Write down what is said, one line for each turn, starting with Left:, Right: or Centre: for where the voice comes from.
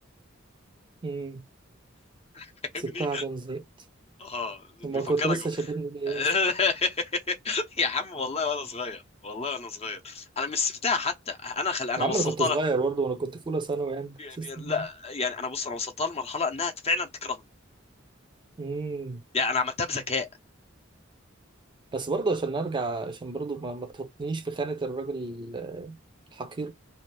Right: مم.
Left: فاهمني
Right: سبتها عشان زهقت
Left: اه
Right: أمال
Left: بيفكرك
Right: كنت لسه
Left: ب-
Right: شاتمني ليه
Left: <laughs>
Right: أصلا؟
Left: يا عم والله وانا صغير والله وانا صغير انا مش سبتها حتى انا خل... انا
Right: يا
Left: وصلتها
Right: عم أنا كنت صغير
Left: له
Right: برضه وأنا كنت في أولى ثانوي يعني تحسسني
Left: يعني لا يعني انا بص انا وصلتها لمرحله انها فعلا تكرهني
Right: مم.
Left: يعني انا عملتها بذكاء
Right: بس برضه عشان نرجع عشان برضه ما, ما تحطنيش في خانة الراجل ال- الحقير